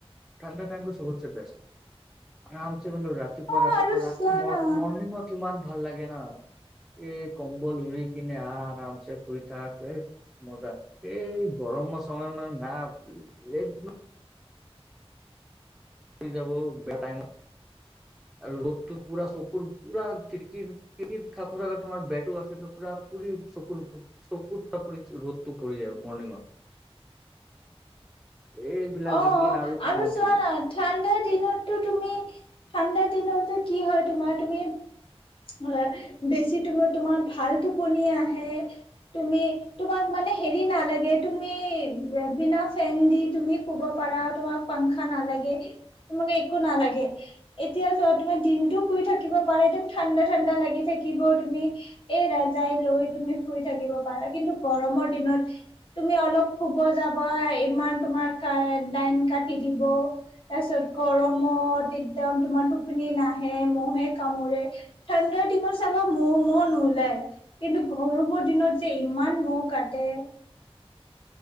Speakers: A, in the centre; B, on the left.
A: ঠাণ্ডা টাইমটো চবতছে বেষ্ট আ ৰাতিপুৱা
B: অ
A: ৰাতিপুৱা
B: আৰু চোৱা
A: ম
B: না
A: মৰ্ণিং ত ইমান ভাল লাগে না এই কম্বল উৰি কিনে আৰামছে শুই থাক মজা এই গৰম সময় ন না এক যাব বেয়া টাইমত
B: <inaudible>
A: আৰু ৰ'দটো পুৰা চকুৰ পুৰা খিৰিকিৰ খ থাক থাককা তোমাৰ বেটো আছে পুৰা পুৰি চকুৰ চকুৰ থাপৰি ৰ'দটো পৰি যায় মৰ্ণিং ৱাক। এইবিলাক
B: অ
A: দেখি কিনে
B: আৰু
A: খং
B: চোৱা
A: উঠি যায়
B: না ঠাণ্ডাত দিনতো তুমি ঠাণ্ডা দিনতো কি হয় তোমাৰ তুমি অ বেছি তুমি তোমাৰ ভাল টোপনি আহে তুমি তোমাক মানে হেৰি নালাগে তুমি বিনা ফেন দি তুমি শুব পাৰা তোমাক পাংখা নালাগে তোমাকে একো নালাগে এতিয়া তোমাৰ দিনটো শুই থাকিব পাৰে একদম ঠাণ্ডা ঠাণ্ডা লাগি থাকিব তুমি এই ৰাজাই লৈ তুমি শুই থাকিব পাৰা কিন্তু গৰম গমৰ দিনত তুমি অলপ শুব যাবা ইমান তোমাৰ লাইন কাটি দিব। তাপিছত গৰমত একদম তোমাৰ টোপনি নাহে নাহে কামোৰে। ঠাণ্ডাৰ দিনত চাবা মহ ম নোলায়, কিন্তু গৰমৰ দিনত যে ইমান মহ। কাটে